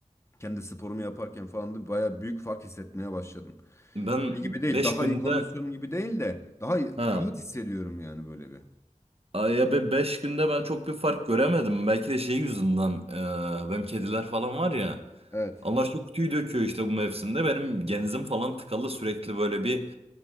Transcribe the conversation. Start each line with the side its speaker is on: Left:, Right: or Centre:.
Left: kendi sporumu yaparken falan da bayağı büyük fark hissetmeye başladım.
Right: ben
Left: Şey gibi değil
Right: 5
Left: daha
Right: günde
Left: iyi kondisyonum gibi değil de daha iyi-
Right: ha
Left: rahat hissediyorum yani böyle bir.
Right: Ay ya be beş günde ben çok bir fark göremedim. Belki de şey yüzünden eee benim kediler falan var ya.
Left: Evet,
Right: Allah şu kutuyu döküyor işte bu mevsimde. Benim genzim falan tıkalı sürekli böyle bir